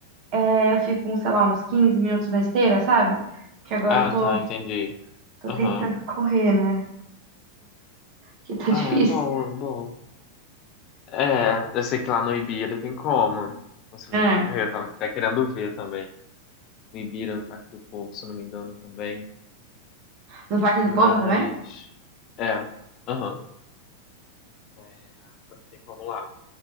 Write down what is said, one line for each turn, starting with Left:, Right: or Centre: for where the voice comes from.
Right: é, eu fico, uns, sei lá, uns 15 minutos na esteira, sabe? Que agora
Left: Ah,
Right: eu tô,
Left: tá, entendi.
Right: tô
Left: Aham.
Right: tentando <laughs> correr, né? Que tá
Left: Ah,
Right: difícil.
Left: é bom, é bom. É, eu sei que lá no Ibira tem como. Você fazer
Right: É.
Left: pra correr, eu tava até querendo ver também. No Ibira, no Parque do Povo, se eu não me engano, também.
Right: No Parque
Left: Mas.
Right: do Povo também?
Left: É. Aham. É, também tem como lá.